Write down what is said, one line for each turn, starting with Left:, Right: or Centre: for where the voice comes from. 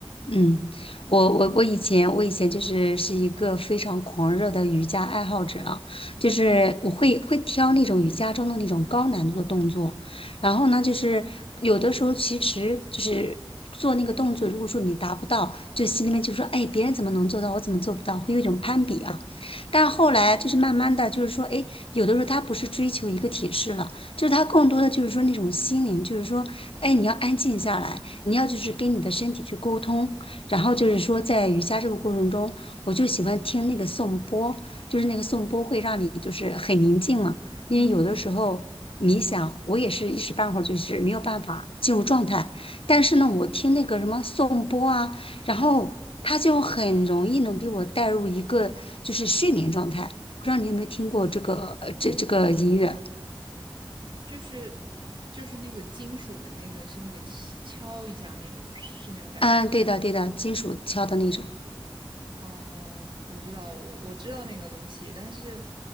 Left: 嗯，我我我以前我以前就是是一个非常狂热的瑜伽爱好者啊，就是我会会挑那种瑜伽中的那种高难度的动作，然后呢，就是有的时候其实就是做那个动作，如果说你达不到，就心里面就说，哎，别人怎么能做到，我怎么做不到，会有一种攀比啊。但后来就是慢慢的，就是说，哎，有的时候他不是追求一个体式了，就是他更多的就是说那种心灵，就是说，哎，你要安静下来。你要就是跟你的身体去沟通，然后就是说，在瑜伽这个过程中，我就喜欢听那个颂钵，就是那个颂钵会让你就是很宁静嘛。因为有的时候冥想，
Right: 嗯，
Left: 我也是一时半会儿就是没有办法进入状态。但是呢，我听那个什么颂钵啊，然后它就很容易能给我带入一个就是睡眠状态。不知道你有没有听过这个呃这这个音乐？
Right: 就是就是那个金属的那个是那个敲一下那种是那种感觉，
Left: 嗯，对的对的，金属敲的那种。
Right: 哦，我知道，我我知道那个东西，但是